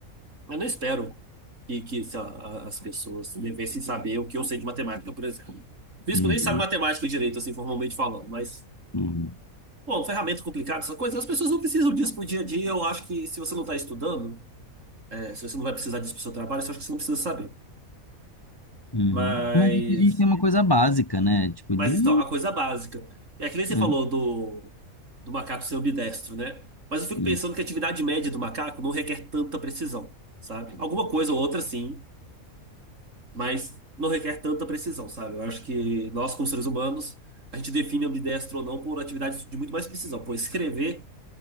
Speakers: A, on the right (about 60°); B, on the left (about 15°).
A: eu não espero que, que sei lá, a- as pessoas devessem saber o que eu sei de matemática, por exemplo. Físico
B: Uhum,
A: nem sabe matemática direito, assim, formalmente falando, mas.
B: uhum,
A: Bom, ferramenta complicada, essa coisa, as pessoas não precisam disso pro dia a dia. Eu acho que se você não está estudando, é, se você não vai precisar disso pro seu trabalho, eu acho que você não precisa saber.
B: uhum.
A: Mas,
B: Mas é a gente tem uma coisa básica, né? Tipo
A: mas
B: de.
A: então, a coisa básica. É que nem você
B: hum,
A: falou do, do macaco ser ambidestro, né? Mas eu fico
B: hum.
A: pensando que a atividade média do macaco não requer tanta precisão, sabe? Alguma coisa ou outra, sim, mas não requer tanta precisão, sabe? Eu acho que nós, como seres humanos, a gente define ambidestro ou não por atividades de muito mais precisão. Pô, escrever.